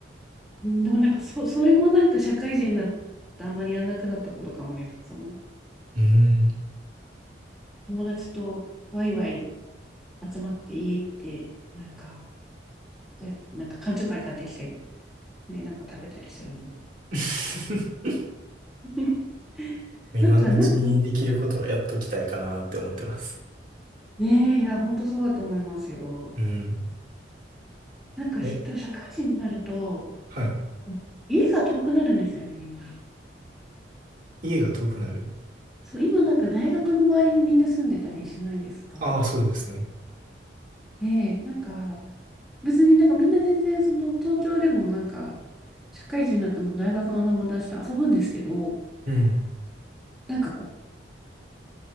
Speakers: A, in the centre; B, on the right.
A: うんでもなんかそ、それもなんか社会人になってあんまりやらなくなったことかもね。その
B: うん。
A: 友達とワイワイ集まって家行って、なんか、えなんか缶チョーハイ買ってきて、ね、なんか食べたりするんで。
B: <laughs>
A: <laughs>
B: 今のうちにできることをやっときたいかなって思ってます。
A: なんか、なんか、ねえ、いや、本当そうだと思いますよ。
B: うん。
A: なんか、
B: え、
A: し多分社会人になると、
B: はい。
A: あの家が遠くなるんですよね、みんな。
B: 家が遠くなる。
A: そう、今なんか大学の周りにみんな住んでたりしないですか
B: ああ、そうですね。
A: ねえ、なんか、別になんかみんな全然、その、東京でもなんか、社会人になっても大学の友達と遊ぶんですけど、
B: うん。
A: なんかこ